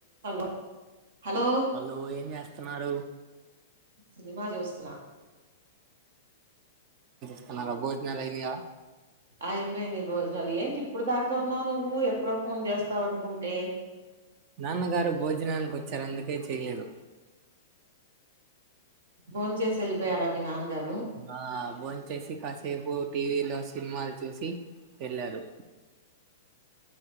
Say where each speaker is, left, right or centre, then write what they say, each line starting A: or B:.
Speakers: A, on the right; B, on the right.
A: హలో హలో
B: హలో ఏం జాస్ స్తున్నాడు
A: సినిమా చూస్తున్నా
B: పిలుస్తున్నారా భోజనాలు అయియా
A: అయిపోయినాయి భోజనాలు, ఏంటి ఇప్పుడు దాకా ఉన్నావు నువ్వు, ఎప్పుడో ఫోన్ చేస్తావ్ అనుకుంటే.
B: నాన్నగారు భోజనానికిొచ్చారు అందుకే చేయలేదు
A: బోన్ చేసి వెళ్ళిపోయారు అది నాన్నగారు
B: ఆ బోంచేసి కాసేపు టీవీలో సినిమాలు చూసి వెళ్ళారు.